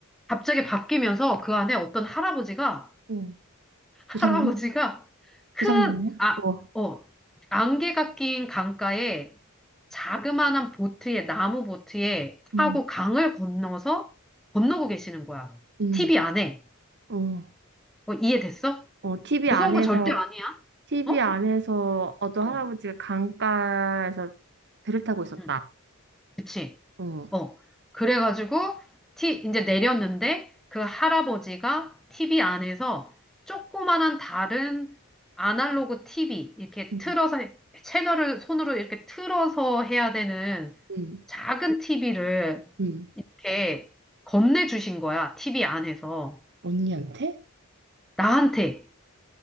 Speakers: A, in the centre; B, on the right.
A: 갑자기 바뀌면서 그 안에 어떤 할아버지가
B: 어.
A: 할아버지가
B: 조상님?
A: 큰,
B: 조상님이야?
A: 아,
B: 어,
A: 어, 안개가 낀 강가에 자그마한 보트에, 나무 보트에
B: 음,
A: 타고 강을 건너서 건너고 계시는 거야.
B: 음,
A: TV 안에.
B: 어,
A: 어, 이해됐어?
B: 어, TV
A: 무서운
B: 안에서,
A: 거 절대 아니야.
B: TV
A: 어?
B: 안에서 어떤
A: 어,
B: 할아버지가 강가에서 배를 타고 있었다.
A: 응, 그치.
B: 어,
A: 어. 그래가지고, 티, 이제 내렸는데, 그 할아버지가 TV 안에서 조그만한 다른 아날로그 TV, 이렇게
B: 음,
A: 틀어서, 해- 채널을 손으로 이렇게 틀어서 해야 되는
B: 음,
A: 작은 TV를
B: 음.
A: 이렇게 건네주신 거야, TV 안에서.
B: 언니한테?
A: 나한테.